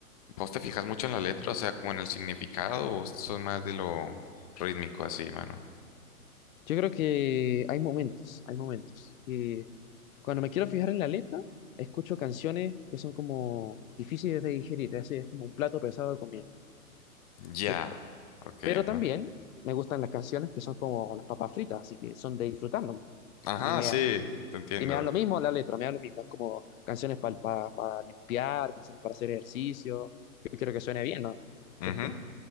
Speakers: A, on the left; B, on the left.
A: vos te fijas mucho en la letra, o sea, como en el significado, o sos más de lo rítmico así, mano.
B: Yo creo que hay momentos, hay momentos. Y cuando me quiero fijar en la letra, escucho canciones que son como difíciles de digerir, así es como un plato pesado de comida,
A: Ya.
B: ¿cierto?
A: Ok,
B: Pero
A: ajá.
B: también me gustan las canciones que son como las papas fritas, así que son de disfrutar nomás.
A: Ajá,
B: Y me,
A: sí, te entiendo.
B: Y me da lo mismo la letra, me da lo mismo. Es como canciones para limpiar, canciones para hacer ejercicio. Yo quiero que suene bien, ¿no? ¿Cierto?
A: Ujú.